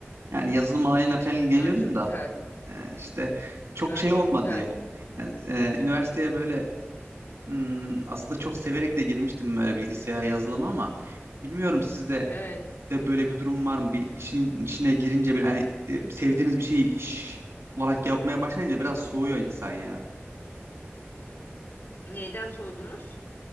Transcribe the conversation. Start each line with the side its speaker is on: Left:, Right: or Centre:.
Right: Yani yazılım alanıyla falan ilgileniyorum
Left: Aa, çok
Right: da
Left: güzel.
Right: e, işte çok
Left: Aa,
Right: şey
Left: çok
Right: olmadı
Left: güzel.
Right: ya. Yani, e, üniversiteye böyle Hmm, aslında çok severek de girmiştim böyle bilgisayar yazılımı ama bilmiyorum sizde
Left: Evet.
Right: de böyle bir durum var mı? Bir işin içine girince bir hani e, sevdiğiniz bir şeyi iş olarak yapmaya başlayınca biraz soğuyor insan ya.
Left: Neyden soğudunuz?